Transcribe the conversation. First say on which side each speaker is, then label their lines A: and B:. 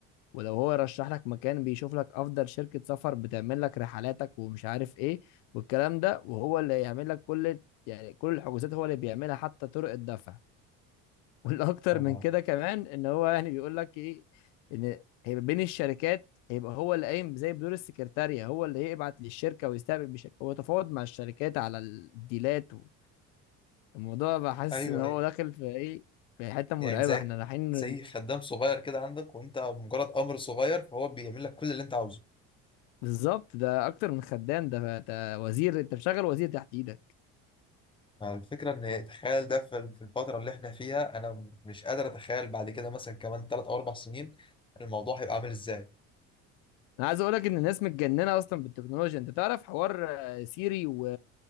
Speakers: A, on the left; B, on the left.
A: ولو هو يرشح لك مكان بيشوف لك افضل شركة سفر بتعمل لك رحلاتك ومش عارف ايه والكلام ده وهو اللي يعمل لك كل يعني كل الحجوزات هو اللي بيعملها حتى طرق الدفع <laughs> والاكتر
B: آه.
A: من كده كمان ان هو يعني بيقول لك ايه ان هيبقى بين الشركات هيبقى هو اللي قايم زي بدور السكرتارية هو اللي يبعت للشركة ويستقبل بشكل هو تفاوض مع الشركات على الديلات و... الموضوع بحس
B: ايوه
A: ان هو
B: ايوه
A: داخل في ايه في حتة مرعبة
B: يعني زي
A: احنا رايحين
B: زي خدام صغير كده عندك وانت مجرد امر صغير فهو بيعمل لك كل اللي انت عاوزه
A: بالظبط ده اكتر من خدام ده ده وزير انت مشغل وزير تحت ايدك
B: الفكرة إن تخيل ده في في الفترة اللي إحنا فيها أنا م- مش قادر أتخيل بعد كده مثلا كمان تلات أو أربع سنين الموضوع هيبقى عامل إزاي
A: انا عايز اقول لك ان الناس متجننه اصلا بالتكنولوجيا انت تعرف حوار آه، سيري و...